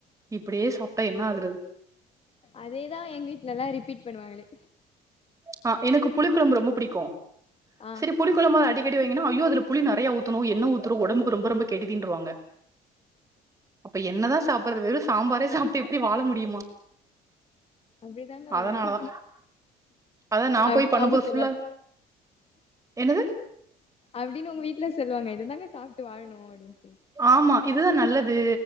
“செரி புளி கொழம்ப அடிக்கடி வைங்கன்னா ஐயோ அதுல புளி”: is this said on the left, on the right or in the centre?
Right